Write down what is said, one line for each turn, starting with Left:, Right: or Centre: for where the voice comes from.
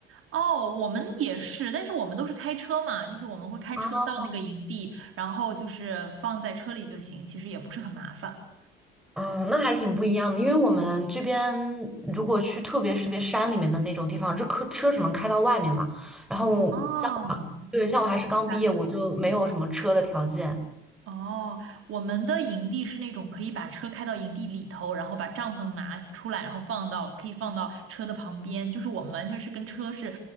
Right: 哦，我们也是，但是我们都是开车嘛，就是我们会开车到那个营地，
Centre: 啊。
Right: 然后就是放在车里就行，其实也不是很麻烦。
Centre: 哦，那还挺不一样的，因为我们这边如果去特别是特别山里面的那种地方，这车车只能开到外面嘛。然后，
Right: 哦，
Centre: 对，像我还是刚毕业，
Right: 对
Centre: 我就没有什么车的条件。
Right: 哦，我们的营地是那种可以把车开到营地里头，然后把帐篷拿出来，然后放到可以放到车的旁边，就是我们完全是跟车是，